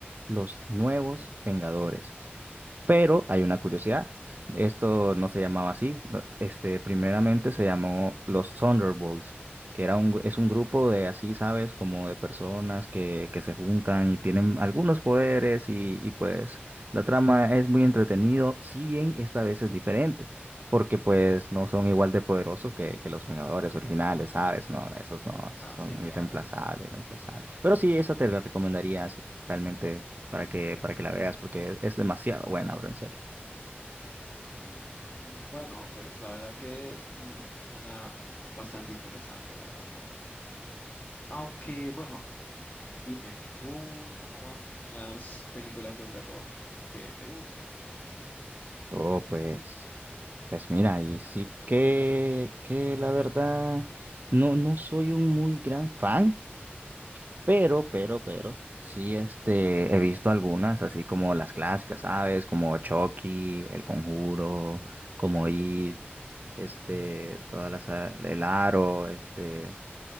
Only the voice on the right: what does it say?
Los Nuevos Vengadores. Pero hay una curiosidad. Esto no se llamaba así. no- Este, primeramente se llamó los Thunderbolts, que era un, gru- es un grupo de así, ¿sabes? Como de personas que, que se juntan y tienen algunos poderes y, y pues la trama es muy entretenido, si bien esta vez es diferente, porque pues
no son igual de poderosos que, que los Vengadores originales, ¿sabes? No, esos no, esos
son
irreemplazables, irreemplazables. Pero sí, esa
te la recomendaría si realmente para que, para que la veas, porque es demasiado buena, bro, en serio.
Oh, pues, pues mira, y sí que, que la verdad, no, no soy un muy gran fan, pero, pero, pero, sí, este, he visto algunas, así como las clásicas, ¿sabes? Como Chucky, El Conjuro, como It, este, todas las, el Aro, este.